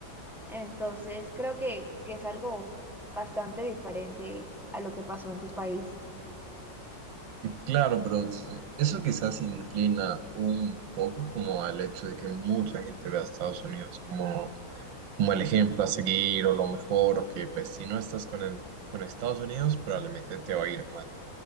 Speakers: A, in the centre; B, on the right.
A: Entonces, creo que, que es algo bastante diferente a lo que pasó en tu país.
B: Claro, pero eso quizás inclina un poco como al hecho de que mucha gente ve a Estados Unidos como como el ejemplo a seguir o lo mejor, o que pues si no estás con, el- con Estados Unidos probablemente te va a ir mal.